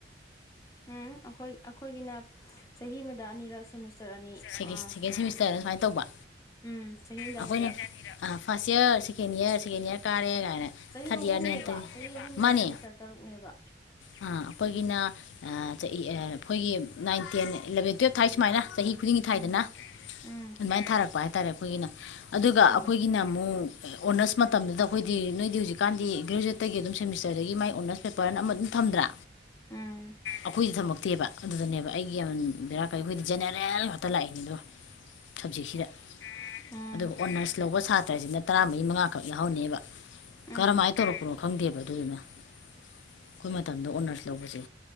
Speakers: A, on the left; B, on the left.
A: ꯎꯝ ꯑꯩꯈꯣꯏ ꯑꯩꯈꯣꯏꯒꯤꯅ ꯆꯍꯤ ꯑꯃꯗ ꯑꯅꯤꯔꯛ ꯁꯦꯃꯤꯁꯇꯔ ꯑꯅꯤ
B: ꯁꯦꯀꯦꯟ
A: ꯑꯥ
B: ꯁꯦꯃꯤꯁꯇꯔꯅ ꯁꯨꯃꯥꯏꯅ ꯇꯧꯕ
A: ꯎꯝ ꯆꯍꯤ ꯑꯃꯗ
B: ꯑꯩꯈꯣꯏꯅ
A: ꯑꯅꯤꯔꯛ
B: ꯐꯥꯔꯁ ꯌꯥꯔ ꯁꯦꯀꯦꯟ ꯏꯌꯥꯔ ꯁꯦꯀꯦꯟ ꯏꯌꯥꯔ ꯀꯥꯔꯦ ꯀꯥꯏꯅ
A: ꯆꯍꯤ
B: ꯊꯥꯔꯠ
A: ꯑꯍꯨꯝꯅꯦꯕ
B: ꯏꯌꯥꯔꯅꯦꯅ ꯇꯧ
A: ꯆꯍꯤ ꯑꯍꯨꯝꯗ
B: ꯃꯥꯅꯦ
A: ꯁꯦꯃꯤꯁꯇꯔ ꯇꯔꯨꯛꯅꯦꯕ
B: ꯑꯥ ꯑꯩꯈꯣꯏꯒꯤꯅ ꯑꯩꯈꯣꯏꯒꯤ ꯅꯥꯏꯟ ꯇꯦꯟ ꯑꯦꯂꯕꯦꯟ ꯇꯨꯌꯦꯜꯞ ꯊꯥꯏ ꯁꯨꯃꯥꯏꯅ ꯆꯍꯤ ꯈꯨꯗꯤꯡꯒꯤ ꯊꯥꯏꯗꯅ
A: ꯎꯝ ꯎꯝ
B: ꯑꯗꯨꯃꯥꯏꯅ ꯊꯥꯔꯛꯄ ꯍꯥꯏꯇꯥꯔꯦ ꯑꯩꯈꯣꯏꯒꯤꯅ ꯑꯗꯨꯒ
A: ꯎꯝ
B: ꯑꯩꯈꯣꯏꯒꯤꯅ ꯑꯃꯨꯛ ꯑꯣꯅꯔꯁ ꯃꯇꯝꯗꯨꯗ ꯑꯩꯈꯣꯏꯗꯤ ꯅꯣꯏꯗꯤ ꯍꯧꯖꯤꯛꯀꯥꯟꯗꯤ ꯒ꯭ꯔꯦꯖꯨꯋꯦꯠꯇꯒꯤ ꯑꯗꯨꯝ ꯁꯦꯃꯤꯁꯇꯔꯗꯒꯤ ꯃꯥꯏ ꯑꯣꯅꯔꯁ ꯄꯦꯄꯔꯅ ꯑꯃ ꯑꯗꯨꯝ ꯊꯝ ꯐꯝꯗ꯭ꯔꯥ
A: ꯎꯝ
B: ꯑꯩꯈꯣꯏꯗꯤ ꯊꯝꯃꯛꯇꯦꯕ ꯑꯗꯨꯗꯅꯦꯕ ꯑꯩꯒꯤ ꯌꯥꯝ ꯕꯦꯔ ꯀꯥꯢ ꯑꯈꯣꯏꯗꯤ ꯖꯅꯔꯦꯜ ꯈꯠꯇ ꯂꯥꯛꯑꯅꯤꯗꯨ ꯁꯕꯖꯦꯛꯁꯤꯗ
A: ꯎꯝ ꯎꯝ
B: ꯑꯗꯨꯒ ꯑꯣꯅꯔꯁ ꯂꯧꯕ ꯁꯥꯇ꯭ꯔꯁꯤꯅ ꯇꯔꯥꯃꯔꯤ ꯃꯉꯥꯈꯛ ꯌꯥꯎꯍꯟꯅꯦꯕ
A: ꯎꯝ
B: ꯀꯔꯝꯍꯥꯏꯅ ꯇꯧꯔꯛꯄꯅꯣ ꯈꯪꯗꯦꯕ ꯑꯗꯨꯗꯨꯅ ꯑꯩꯈꯣꯏ ꯃꯇꯝꯗ ꯑꯣꯅꯔꯁ ꯂꯧꯕꯁꯦ